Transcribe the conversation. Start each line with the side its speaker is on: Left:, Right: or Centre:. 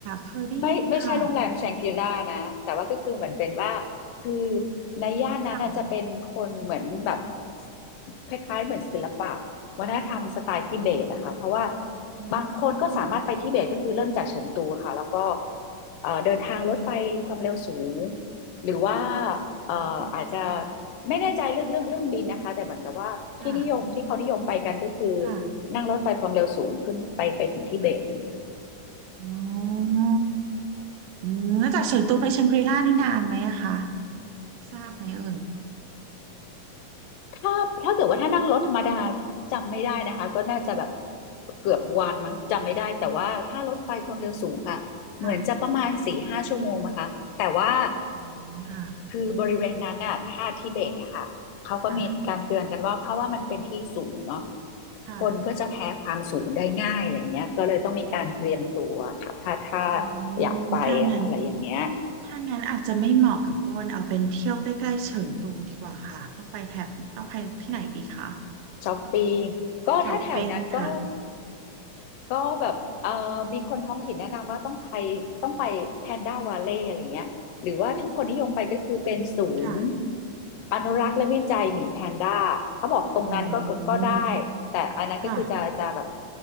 Right: เคยได้ยินค่ะ
Left: ไม่ไม่ใช่โรงแรมแชงกรีล่านะแต่ว่าก็คือเหมือนเป็นว่าคือในย่านนั้นน่ะจะเป็นคนเหมือนแบบ
Right: เขา
Left: คล้ายๆเหมือนศิลปะวัฒนธรรมสไตล์ทิเบตอะค่ะเพราะว่า
Right: อื
Left: บางคนก็สามารถไปทิเบตก็คือเริ่มจากเฉิงตูค่ะแล้วก็
Right: ม
Left: เอ่อเดินทางรถไฟความเร็วสูงหรือว่าเอ่ออาจจะ
Right: อืมค่ะ
Left: ไม่แน่ใจเรื่องเรื่องเรื่องบินนะคะแต่เหมือนกับว่าที่นิยมที่เขานิยมไปกันก็คือ
Right: ค่ะค่ะ
Left: นั่งรถไฟความเร็วสูงขึ้นไปไปถึงทิเบตอะไรเงี้ย
Right: อ๋ออืมแล้วจากเฉิงตูไปแชงกรีล่านี่นานไหมอะคะทราบไหมเอ่ย
Left: ถ้าถ้าเกิดว่าถ้านั่งรถธรรมดาจำไม่ได้นะคะก็น่าจะแบบเกือบวันมั้งจำไม่ได้แต่ว่าถ้ารถไฟความเร็วสูงค่ะเหมือนจะประมาณสี่ห้าชั่วโมงนะคะแต่ว่า
Right: ค่ะอืมค่ะ
Left: คือบริเวณนั้นน่ะถ้าทิเบตเนี่ยค่ะเขาก็มีการเตือนกันว่าเพราะว่ามันเป็นที่สูงเนาะ
Right: ค่ะค่ะ
Left: คนก็จะแพ้ความสูงได้ง่ายอะไรเงี้ยก็เลยต้องมีการเตรียมตัวค่ะถ้าถ้า
Right: โอ้
Left: อยากไปอะอะไรอย่างเงี้ย
Right: ถ้างั้นถ้างั้นอาจจะไม่เหมาะกับอ้นเอาเป็นเที่ยวใกล้ๆเฉิงตูดีกว่าค่ะต้องไปแถบต้องไปที่ไหนดีคะ
Left: ช้อปปิ้งก็ถ้าแถวนั้นก็
Right: ช้อปปิ้งค่ะ
Left: ก็แบบเอ่อมีคนท้องถิ่นแนะนำว่าต้องไปต้องไปแพนด้าวาเล่อะไรเงี้ยหรือว่าที่คนนิยมไปก็คือเป็นศูนย์
Right: ค่ะ
Left: อนุรักษ์และวิจัยหมีแพนด้าเขาบอกตรงนั้นก็ก็ก็ได้
Right: อ๋อ
Left: แต่อันนั้นก็คือจะจะแบบ
Right: ค่ะ